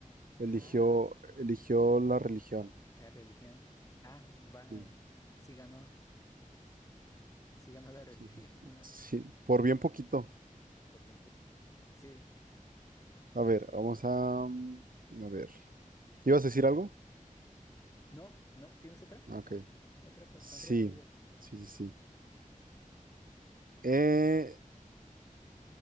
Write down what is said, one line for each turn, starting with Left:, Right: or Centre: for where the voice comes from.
Right: eligió,
Left: Ah,
Right: eligió la religión.
Left: la religión. Ah, va,
Right: Sí,
Left: mm, sí ganó, sí ganó la religión,
Right: sí, sí, sí.
Left: <laughs> una
Right: Sí, por bien poquito.
Left: por bien poquito. Sí,
Right: A
Left: como
Right: ver,
Left: que...
Right: vamos a... mm, A ver. ¿Ibas a decir algo?
Left: No, no, ¿tienes otra?
Right: Ah, Ok.
Left: Otra, pa-
Right: Sí,
Left: está entretenido.
Right: sí, sí, sí. Eh,